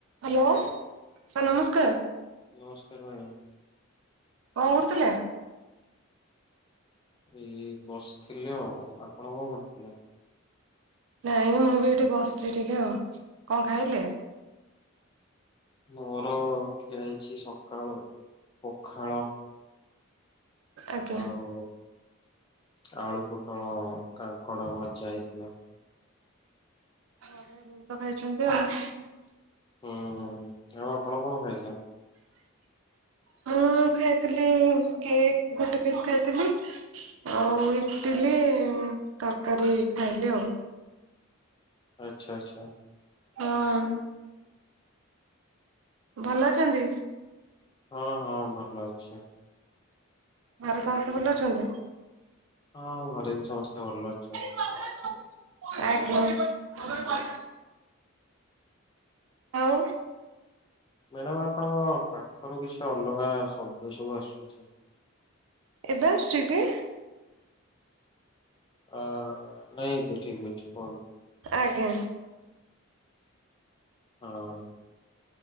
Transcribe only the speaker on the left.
ନମସ୍କାର madam
ଏଇ ବସିଥିଲି ଆଉ ଆପଣ କଣ କରିୁଥିଲେ
ମୋର ଖେଳିଛି ସକାଳୁ ପଖାଳ
ଆଉ ଆଳୁ ପୋଟଳ କାଙ୍କଡ ଭଜା ହେଇଥିଲା
ହୁଁ ଆଉ ଆପଣ କଣ ଖାଇଲେ
ଆଚ୍ଛା ଆଚ୍ଛା
ହଁ ହଁ ଭଲ ଅଛ।
ହଁ ଘରେ ଏନଶ୍ ସମସ୍ତେ ଭଲ ଅଛନ୍ତି।
ମ୍ୟାଡ଼ାାମ ଆପଣଙ୍କ ପାଖରୁ କିଛି ଅଲଗା ଶବ୍ଦ ସବୁ ଆସୁଛି।
ଅ ନାଇ ଏବେଠିକ ଅଛିକୁହନ୍ତୁ।
ହଁ।